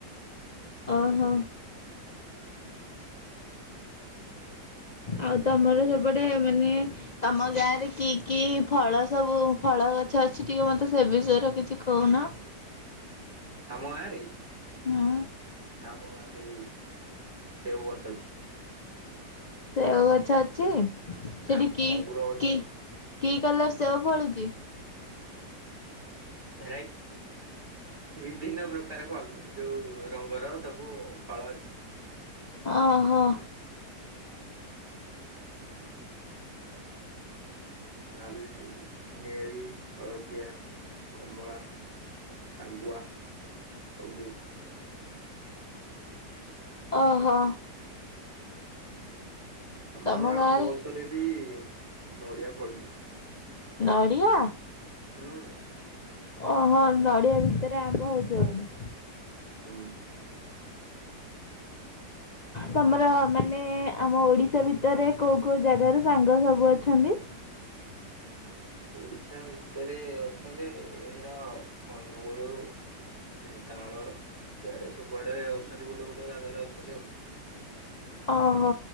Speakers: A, on the left; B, on the right.
A: ଓ ହୋ। ଆଉ ତମର ସେପଟେ ମାନେ ତମ ଗାଁ ରେ କି କି ଫଳ ସବୁ ଫଳ ଗଛ ଅଛି ଟିକେ ମତେ ସେ ବିଷୟରେ କିଛି କୋହୁନ?
B: ଆମ ଗାଁରେ?
A: ହୁଁ
B: ଆମ ଗାଁରେ ସେଉ ଗଛ ଅଛି।
A: ସେଓ ଗଛ ଅଛି? ସେଠି
B: ଆ
A: କି
B: ଅଙ୍ଗୁର
A: କି କି କଲର୍ ସେଓ ଫଳୁଚି?
B: ଭେରାଇ ବିଭିନ୍ନ ପ୍ରକ ତାର ଯୋଉ ରଙ୍ଗର ସବୁ ଫଳ ଅଛି।
A: ଓହୋ।
B: ନାଲି ନେଳି ହଳଦିଆ କମଳା। ଶାଗୁଆ ସବୁ।
A: ଓହୋ।
B: ଆମର
A: ତମ
B: ଆମ୍ବ
A: ଗାଁରେ
B: ଗଛରେ ବି ନଡିଆ ଫଳୁଛି।
A: ନଡ଼ିଆ।
B: ହୁଁ।
A: ଓହୋ ନଡ଼ିଆ ଭିତରେ ଆ ବ ହଉତ ବୋଧେ।
B: ହୁଁ <unintelligible>
A: ତମର ମାନେ ଆମ ଓଡିଶା ଭିତରେ କୋଉ କୋଉ ଜାଗାରୁ ସାଙ୍ଗ ସବୁ ଅଛନ୍ତି।
B: ଓଡିଶା ଭିତରେ ଅଛନ୍ତି ଏ ରା ଅନୁଗୁଳ। ଢେଙ୍କାନାଳ ସିଆଡେ ସବୁଆଡେ ଅଛନ୍ତି ଗୋଟେ ଗୋଟେ ଜାଗାରେ ଅଛନ୍ତି ଆଉ।
A: ଓହୋ।